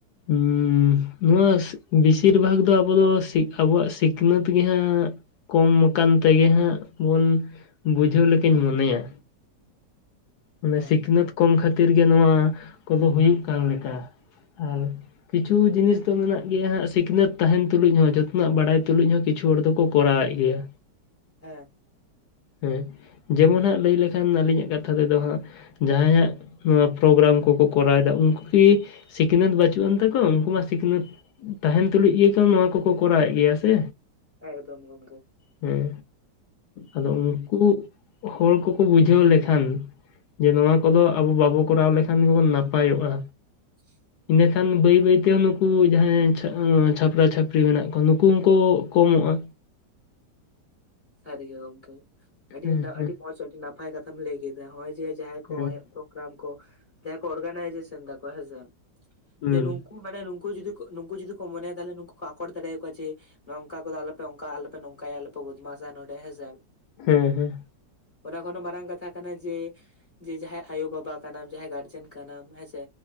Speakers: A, on the left; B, on the left.
A: ᱩᱸ ᱱᱚᱣᱟᱥ ᱵᱮᱥᱤᱨ ᱵᱷᱟᱜᱽ ᱫᱚ ᱟᱵᱚ ᱫᱚ ᱥᱤᱠᱷᱟ ᱟᱵᱚᱣᱟᱜ ᱥᱤᱠᱷᱱᱟᱹᱛ ᱜᱮᱦᱟᱸᱜ ᱠᱚᱢ ᱟᱠᱟᱱ ᱛᱮᱜᱮ ᱦᱟᱸᱜ ᱵᱚᱱ ᱵᱩᱡᱷᱟᱹᱣ ᱞᱮᱠᱟᱧ ᱢᱚᱱᱮᱭᱟ ᱢᱟᱱᱮ
B: ᱦᱮᱸ
A: ᱥᱤᱠᱷᱱᱟᱹᱛ ᱠᱚᱢ ᱠᱷᱟᱹᱛᱤᱨ ᱜᱮ ᱱᱚᱣᱟ ᱠᱚᱫᱚ ᱦᱩᱭᱩᱜ ᱠᱟᱱ ᱞᱮᱠᱟ ᱟᱨ ᱠᱤᱪᱷᱩ ᱡᱤᱱᱤᱥ ᱫᱚ ᱢᱮᱱᱟᱜ ᱜᱮᱭᱟ ᱦᱟᱸᱜ ᱥᱤᱠᱷᱱᱟᱹᱛ ᱛᱟᱦᱮᱱ ᱛᱩᱞᱩᱡ ᱦᱚᱸ ᱡᱚᱛᱚᱱᱟᱜ ᱵᱟᱲᱟᱭ ᱛᱩᱞᱩᱡ ᱦᱚᱸ ᱠᱤᱪᱷᱩ ᱦᱚᱲ ᱫᱚᱠᱚ ᱠᱚᱨᱟᱣᱮᱫ ᱜᱮᱭᱟ
B: ᱦᱮᱸ
A: ᱦᱮᱸ ᱡᱮᱢᱚᱱ ᱦᱟᱸᱜ ᱞᱟᱹᱭ ᱞᱮᱠᱷᱟᱱ ᱟᱹᱞᱤᱧᱟᱜ ᱠᱟᱛᱷᱟ ᱫᱚ ᱫᱚ ᱦᱟᱸᱜ ᱡᱟᱦᱟᱸᱭ ᱦᱟᱜ ᱱᱚᱣᱟ ᱯᱨᱳᱜᱨᱟᱢ ᱠᱚᱠᱚ ᱠᱚᱨᱟᱣᱮᱫᱟ ᱩᱱᱠᱩ ᱠᱤ ᱥᱤᱠᱷᱱᱟᱹᱛ ᱵᱟᱹᱪᱩᱜ ᱟᱱ ᱛᱟᱠᱚ ᱩᱱᱠᱩ ᱢᱟ ᱥᱤᱠᱷᱱᱟᱹᱛ ᱛᱟᱸᱦᱮᱱ ᱛᱩᱞᱩᱡ ᱜᱮᱛᱚ ᱱᱚᱣᱟ ᱠᱚᱠᱚ ᱠᱚᱨᱟᱣᱮᱫ ᱜᱮᱭᱟ ᱥᱮ
B: ᱮᱠᱫᱚᱢ ᱜᱚᱝᱠᱮ
A: ᱦᱮᱸ ᱟᱫᱚ ᱩᱱᱠᱩ ᱦᱚᱲ ᱠᱚᱠᱚ ᱵᱩᱡᱷᱟᱹᱣ ᱞᱮᱠᱷᱟᱱ ᱡᱮ ᱱᱚᱣᱟ ᱠᱚᱫᱚ ᱟᱵᱚ ᱵᱟᱵᱚ ᱠᱚᱨᱟᱣ ᱞᱮᱠᱷᱟᱱ ᱜᱮᱵᱚᱱ ᱱᱟᱯᱟᱭᱚᱜᱼᱟ᱾
B: ᱥ
A: ᱤᱱᱟᱹᱠᱷᱟᱱ ᱵᱟᱹᱭ ᱵᱟᱹᱭ ᱛᱮ ᱱᱩᱠᱩ ᱡᱟᱦᱟᱸᱭ ᱪᱷᱟ ᱪᱷᱟᱯᱨᱟ ᱪᱷᱟᱹᱯᱨᱤ ᱢᱮᱱᱟᱜ ᱠᱚᱣᱟ ᱱᱩᱠᱩ ᱦᱚᱸᱠᱚ ᱠᱚᱢᱚᱜᱼᱟ
B: ᱥᱟᱹᱨᱤᱜᱮ ᱜᱚᱝᱠᱮ ᱟᱹᱰᱤ
A: ᱦᱮᱸ
B: ᱱᱟᱜ
A: ᱦᱮᱸ
B: ᱟᱹᱰᱤ ᱢᱚᱸᱡᱽ ᱟᱹᱰᱤ ᱱᱟᱯᱟᱭ ᱠᱟᱛᱷᱟᱢ ᱞᱟᱹᱭ ᱠᱮᱫᱟ ᱱᱚᱜᱚᱭ ᱡᱮ ᱡᱟᱦᱟᱸᱭ ᱠᱚ
A: ᱦᱮᱸ
B: ᱦᱚᱜᱚᱭ ᱯᱨᱚᱜᱨᱟᱢ ᱠᱚ ᱡᱟᱦᱟᱸᱭ ᱠᱚ ᱚᱨᱜᱟᱱᱟᱭᱡᱮᱥᱚᱱ ᱫᱟᱠᱚ ᱦᱮᱸᱥᱮ
A: ᱦᱮᱸ
B: ᱡᱮᱱᱩ ᱠᱩ ᱢᱟᱱᱮ ᱱᱩᱠᱩ ᱡᱩᱫᱤ ᱠᱚ ᱢᱚᱱᱮᱭᱟ ᱛᱟᱦᱚᱞᱮ ᱱᱩᱠᱩ ᱠᱚ ᱟᱠᱚᱴ ᱫᱟᱲᱮᱭᱟᱠᱚᱣᱟ ᱡᱮ ᱱᱚᱝᱠᱟ ᱠᱚᱫᱚ ᱟᱞᱚᱯᱮ ᱚᱝᱠᱟ ᱟᱞᱚᱯᱮ ᱱᱚᱝᱠᱟᱭᱟ ᱟᱞᱚᱯᱮ ᱵᱚᱫᱢᱟᱥᱟ ᱱᱚᱰᱮ ᱦᱮᱸᱥᱮ
A: ᱦᱮᱸ ᱦᱮᱸ
B: ᱚᱱᱟ ᱠᱷᱚᱱ ᱦᱚᱸ ᱢᱟᱨᱟᱝ ᱠᱟᱛᱷᱟ ᱠᱟᱱᱟ ᱡᱮ ᱡᱮ ᱡᱟᱦᱟᱸᱭ ᱟᱭᱳ ᱵᱟᱵᱟ ᱠᱟᱱᱟᱢ ᱡᱟᱦᱟᱸᱭ ᱜᱟᱨᱡᱮᱱ ᱠᱟᱱᱟᱢ ᱦᱮᱸᱥᱮ